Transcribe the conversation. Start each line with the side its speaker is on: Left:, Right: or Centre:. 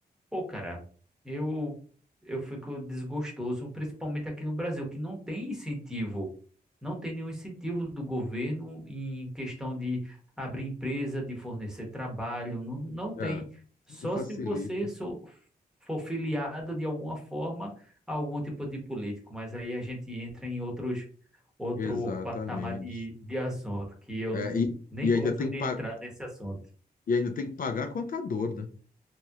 Centre: Pô, cara, eu eu fico desgostoso, principalmente aqui no Brasil, que não tem incentivo, não tem nenhum incentivo do governo em questão de abrir empresa, de fornecer trabalho, não, não tem.
Left: É.
Centre: Só
Left: Não facilita.
Centre: se você so- for filiado de alguma forma a algum tipo de político, mas aí a gente entra em outros outro
Left: Exatamente.
Centre: patamar de, de assunto, que eu
Left: É, e,
Centre: nem
Left: e ainda
Centre: gosto
Left: tem
Centre: de
Left: que pa-
Centre: entrar nesse assunto.
Left: e ainda tem que pagar contador, né?